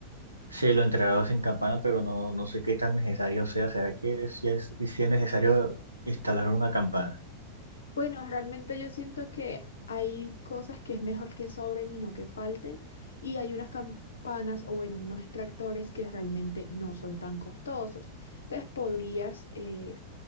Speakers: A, on the right; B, on the left.
A: Sí, lo he entregado sin campana, pero no, no sé qué tan necesario sea. ¿Será que sí es, sí es necesario instalar una campana?
B: Bueno, realmente yo siento que hay cosas que es mejor que sobren y no que falten. Y hay unas campanas o bueno, unos extractores que realmente no son tan costosos. Entonces podrías eh,